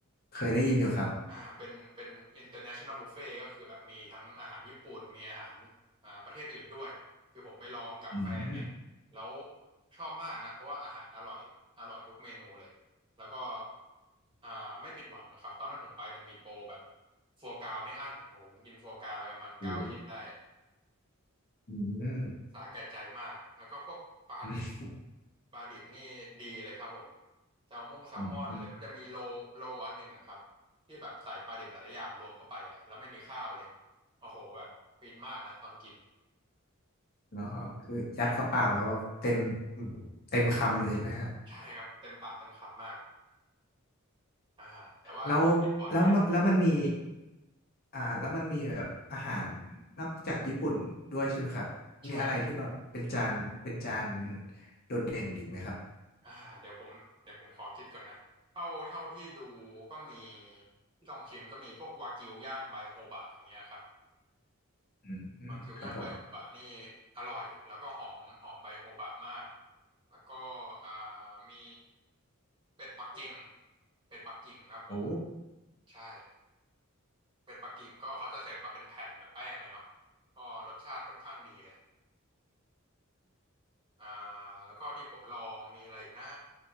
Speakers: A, on the left; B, on the right.
A: เคยได้ยินอยู่ครับ
B: อ่าเป็นเป็น international buffet ก็คือแบบมีทั้งอาหารญี่ปุ่นมีอาหารอ่าประเทศอื่นด้วยคือผมไปลองกับแฟนเนี่ยแล้ว
A: อืม
B: ชอบมากนะเพราะว่าอาหารอร่อยอร่อยทุกเมนูเลยแล้วก็อ่าไม่ผิดหวังนะครับตอนนั้นผมไปมันมีโปรแบบฟัวกราไม่อั้นโอ้โหผมกินฟัวกราไปประมาณเก้าชิ้นได้
A: โอ้อืม
B: สาแก่ใจมากแล้วก็พวกปลาดิบ
A: อืม
B: ปลาดิบนี่ดีเลยครับผมแซลมงแซลมอนหรือมันจะมีโลโลอันหนึ่งอะครับที่แบบใส่ปลาดิบหลายๆอย่างรวมเข้าไปอะแล้วไม่มีข้าวเลย
A: อืม
B: โอ้โหแบบฟินมากนะตอนกิน
A: เนาะคือยัดเข้าปากแล้วว่าเต็มเต็มคำเลยใช่ไหมฮะ
B: ใช่ครับเต็มปากเต็มคำมากอ่าแต่ว่ากินบ่อยไม่ได้
A: แล้วแล้วมันแล้วมันมีอ่าแล้วมันมีแบบอาหารนอกจากญี่ปุ่นด้วยใช่ไหมครับมีอะไรที่แบบเป็นจานเป็นจาน
B: ใช่ครับ
A: โดดเด่นอีกไหมครับ
B: อ่าเดี๋ยวผมเดี๋ยวผมขอคิดก่อนนะเท่าเท่าที่ดูก็มีที่ลองชิมก็มีพวกวากิวย่างใบโฮบะอย่างเงี้ยครับ
A: อืมอืมครับผม
B: วากิวย่างใบโฮบะนี่อร่อยแล้วก็หอมหอมใบโฮบะมากแล้วก็อ่ามีเป็ดปักกิ่งเป็ดปักกิ่งครับผม
A: โอ้
B: ใช่เป็ดปักกิ่งก็เขาจะเสิร์ฟมาเป็นแผ่นกับแป้งเลยเนาะก็รสชาติค่อนข้างดีเลยอ่าแล้วก็ที่ผมลองมีอะไรอีกนะ